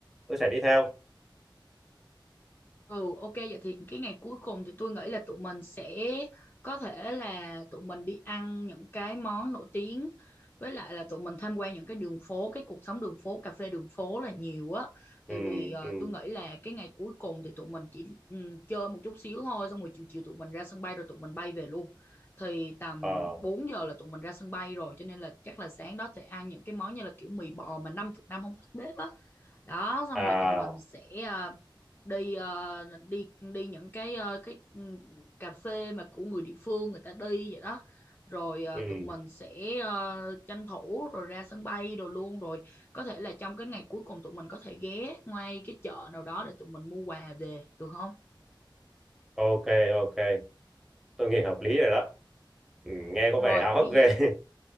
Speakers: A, in the centre; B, on the left.
A: tôi sẽ đi theo
B: Ừ ok vậy thì cái ngày cuối cùng thì tôi nghĩ là tụi mình sẽ có thể là tụi mình đi ăn những cái món nổi tiếng với lại là tụi mình tham quan những cái đường phố cái cuộc sống đường phố cà phê đường phố là nhiều á tại
A: ừ,
B: vì ờ,
A: ừ.
B: tôi nghĩ là cái ngày cuối cùng thì tụi mình chỉ ừm, chơi một chút xíu thôi xong rồi chiều chiều tụi mình ra sân bay rồi tụi mình bay về luôn thì tầm
A: ờ
B: 4 giờ là tụi mình ra sân bay rồi cho nên là chắc là sáng đó thì ăn những cái món như là kiểu mì bò mà 50 năm không tắt bếp á đó xong
A: à
B: rồi tụi mình sẽ à, đi à, đi đi những cái à, cái ừ, cà phê mà của người địa phương người ta đi vậy đó rồi à,
A: ừ
B: tụi mình sẽ à, tranh thủ rồi ra sân bay đồ luôn rồi có thể là trong cái ngày cuối cùng tụi mình có thể ghé ngay cái chợ nào đó để tụi mình mua quà về được không
A: ok ok tôi nghĩ hợp lý rồi đó ừ, nghe
B: rồi
A: có vẻ háo
B: bây
A: hức ghê
B: giờ
A: <laughs>